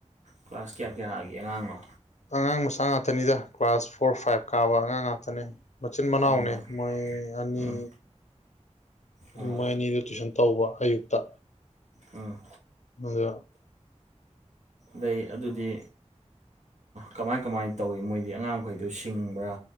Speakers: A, on the right; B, on the left.
A: ꯀ꯭ꯂꯥꯁ ꯀꯌꯥ ꯀꯌꯥꯒꯤ ꯑꯉꯥꯡꯅꯣ
B: ꯑꯉꯥꯡ ꯃꯆꯥ ꯉꯥꯛꯇꯅꯤꯗ ꯀ꯭ꯂꯥꯁ ꯐꯣꯔ ꯐꯥꯏꯚ ꯀꯥꯕ ꯑꯉꯥꯡ ꯉꯥꯛꯇꯅꯦ ꯃꯆꯤꯟ ꯃꯅꯥꯎꯅꯦ
A: ꯎꯝ
B: ꯃꯣꯏ ꯑꯅꯤ
A: ꯎꯝ ꯑꯣ
B: ꯃꯣꯏ ꯑꯅꯤꯗꯨ ꯇꯨꯏꯁꯟ ꯇꯧꯕ ꯑꯌꯨꯛꯇ
A: ꯑꯝ
B: <inaudible>
A: ꯂꯩ ꯑꯗꯨꯗꯤ ꯀꯃꯥꯏ ꯀꯃꯥꯏꯅ ꯇꯧꯏ ꯃꯣꯏꯗꯤ ꯑꯉꯥꯡ ꯃꯈꯩꯗꯨ ꯁꯤꯡꯕ꯭ꯔꯥ